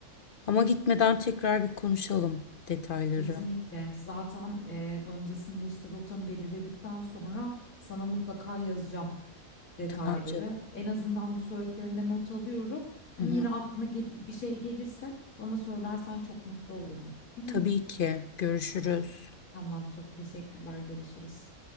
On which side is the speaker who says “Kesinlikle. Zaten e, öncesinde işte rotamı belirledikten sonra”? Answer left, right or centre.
Left